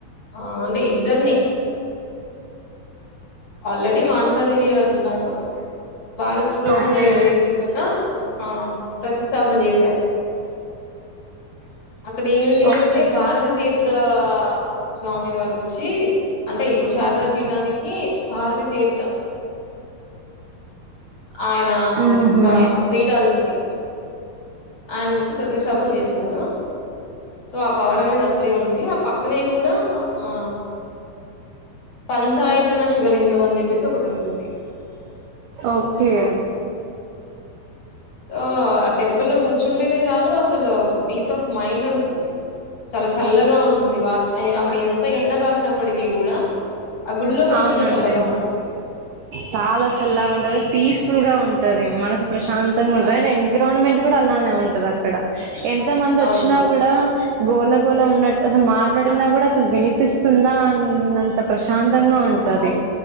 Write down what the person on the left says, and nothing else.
ఆ అంటే ఇది ఇద్దరని అల్ రాడి మనసా దేవి గారు ఉన్నా ఓ బాల త్రిపుర
సుందరి దేవి కన్నా ఆ ప్రతిష్టాపన చేశారు అక్కడ ఏంటి
అంటే భారతీ తీర్థ స్వామి వారు వచ్చి అంటే ఇప్పుడు శారదా పీఠానికి భారత తీర్థం ఆయన
ఒక ఆదిపత్తి ఆయన వచ్చి ప్రతిష్టాపన చేశారు సో ఆ పవర్ అనేది అట్లే ఉంది ఆ పక్కనే కూడా ఆ ఆ పంచాయతన శివలింగం అని చెప్పేసి ఒకటి ఉంటుంది
సో ఆ టెంపుల్ లో కూ చుంటనే చాలు అసలు ఒక పీస్ ఆఫ్ మైండ్ ఉంటుంది చాలా చల్లగా ఉంటుంది వా అక్కడ ఎంత ఎండ కాసినప్పటికీ కూడా ఆ గుళ్ళో కూర్చుంటే
చల్లగా ఉంటుంది
అవునవును